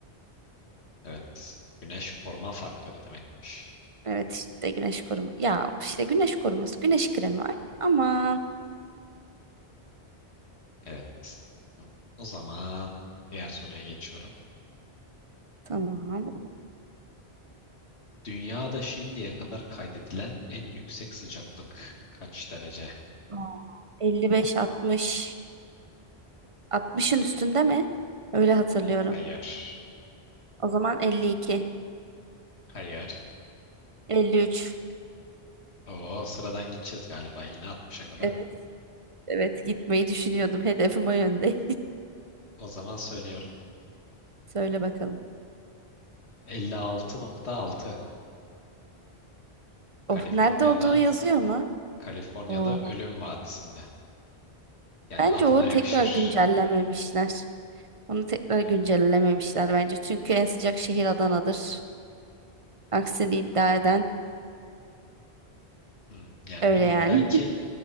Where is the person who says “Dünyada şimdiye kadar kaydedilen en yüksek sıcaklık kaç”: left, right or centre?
Left